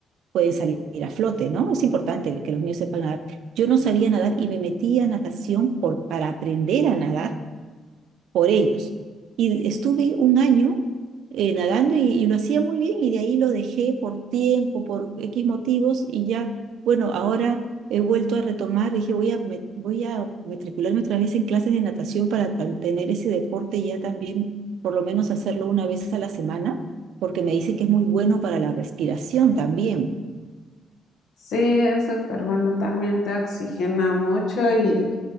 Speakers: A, on the right; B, on the left.
A: pueden salir a flote, ¿no? Es importante que los niños sepan nadar. Yo no sabía nadar y me metí a natación por, para aprender a nadar por ellos. Y estuve un año eh, nadando y, y lo hacía muy bien y de ahí lo dejé por tiempo, por X motivos y ya, bueno, ahora he vuelto a retomar, dije voy a, me- voy a matricularme otra vez en clases de natación para tan- tener ese deporte y ya también por lo menos hacerlo una vez a la semana, porque me dice que es muy bueno para la respiración también.
B: Sí, es súper bueno, también te oxigena mucho y,